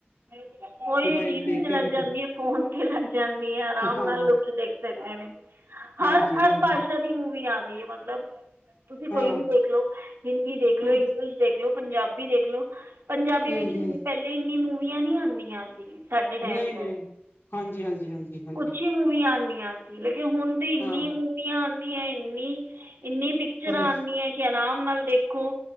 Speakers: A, on the right (about 75°); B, on the left (about 75°).
A: ਨਿਲਤ <inaudible> ਉਹੀ
B: ਮੋਬਾਇਲ
A: ਟੀ ਵੀ
B: ਤੇ
A: 'ਚ
B: ਟੀਵੀ
A: ਲੱਗ ਜਾਂਦੀ
B: ਤੇ
A: ਐ, ਫੋਨ ਤੇ ਲੱਗ ਜਾਂਦੀ ਆ, ਆਰਾਮ
B: ਹਾਂ
A: ਨਾਲ ਲੋਕੀ ਦੇਖ ਸਕਦੇ ਨੇ।
B: ਹਾਂਜੀ
A: ਹਰ ਹਰ
B: ਹਾਂਜੀ।
A: ਭਾਸ਼ਾ ਦੀ ਮੂਵੀ ਆ ਗਈ ਐ, ਮਤਲਬ ਤੁਸੀਂ ਕੋਈ
B: ਹਾਂ
A: ਵੀ ਦੇਖਲੋ ਹਿੰਦੀ ਦੇਖ ਲਓ
B: ਹੂੰ
A: ਇੰਗਲਿਸ਼ ਦੇਖਲੋ ਪੰਜਾਬੀ ਦੇਖਲੋ, ਪੰਜਾਬੀ
B: ਹੂੰ
A: ਵਿੱਚ
B: ਹੂੰ
A: ਵੀ ਪਹਿਲੇ ਇੰਨੀ ਮੂਵੀਆਂ ਨੀ ਆਂਦੀ ਆਂਦੀਆਂ ਸੀ ਸਾਡੇ ਟਾਈਮ
B: ਨਹੀਂ
A: ਤੇ
B: ਨਹੀਂ ਹਾਂਜੀ ਹਾਂਜੀ ਹਾਂਜੀ ਹਾਂਜੀ
A: ਕੁਛ ਮੂਵੀਆਂ ਆਦੀਆਂ ਸੀ, ਲੇਕਿਨ ਹੁਣ ਤੇ ਇੰਨੀ
B: ਹਾਂ
A: ਮੂਵੀਆਂ ਆਦੀਆਂ ਇੰਨੀ ਇੰਨੀ ਪਿਕਚਰਾਂ
B: ਹੂੰ
A: ਆਦੀਆਂ ਐ, ਕਿ ਆਰਾਮ ਨਾਲ ਦੇਖੋਂ